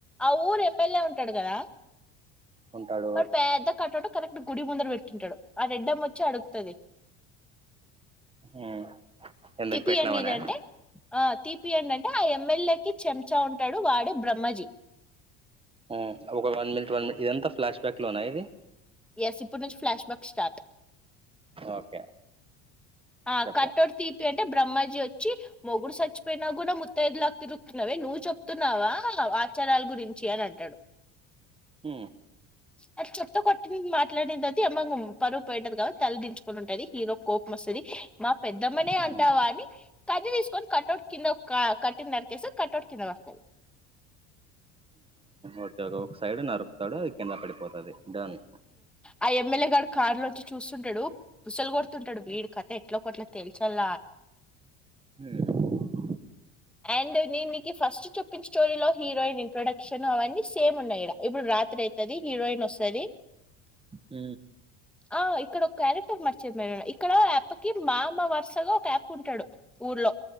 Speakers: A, in the centre; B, on the right.
A: ఆ ఊరు ఎమ్మెల్యే ఉంటడు గదా
B: ఉంటాడు.
A: వాడు పెద్ద కటౌట్ కరెక్ట్ గుడి ముందర పెట్టింటాడు ఆ రెడ్డమ్ వచ్చి అడుగుతది
B: హ్మ్. ఎందుకు
A: తిపియండి
B: పెట్టినామనా?
A: ఇదంటే ఆ తీపియండి అంటే ఆ ఎమ్మెల్యేకి చెంచా ఉంటడు వాడే బ్రహ్మజీ
B: ఆ ఒక వన్ మినిట్ వన్ మినిట్ ఇదంతా ఫ్లాష్ బ్యాక్ లో నా ఇది
A: ఎస్ ఇప్పుడు నుంచి ఫ్లాష్ బ్యాక్ స్టార్ట్
B: ఓకే
A: ఆ
B: చెప్పు.
A: కటౌట్ తీపి అంటే బ్రహ్మజీ వచ్చి మొగుడు సచ్చిపోయిన కూడా ముత్తైదుల తిరుగుతున్నావె నువ్ చెప్తున్నావా వి చరాల గురించి అని అంటాడు
B: ఆ
A: అది చెప్తో కొట్టింది మాట్లాడింది అది మ పరువు పోయింటాది కదా తలదించుకుని ఉంటుంది హీరో కోపం మోస్తది మా పెద్దమ్మనే
B: హ్మ్.
A: అంటావా అని కత్తి తీసుకొని కటౌట్ కింద కట్టినరకేసి కటౌట్ కింద పడతాది
B: ఓకే ఒక సైడ్ నరుకుతాడు అది కింద పడిపోతాది డన్
A: ఆ ఎమ్మెల్యే గాడు కార్లోంచి చూస్తుంటాడు బుసలు కొడుతుంటాడు వీడి కథ ఎట్లా గట్ల తేల్చల
B: హా
A: అండ్ నేను నీకి ఫస్ట్ చూప్పిన స్టోరీలో హీరోయిన్ ఇంట్రొడక్షన్ అవన్నీ సేమ్ ఉన్నాయి ఇడ ఇప్పుడు రాత్రి అయితే తాది హరోయిన్ వస్తది
B: అ
A: ఆ ఇక్కడ ఒక క్యారెక్టర్ మర్చిపోయను ఇక్కడ అయ్యప్పకి మామా వరుసగా ఒక అయ్యప ఉంటాడు ఊర్లో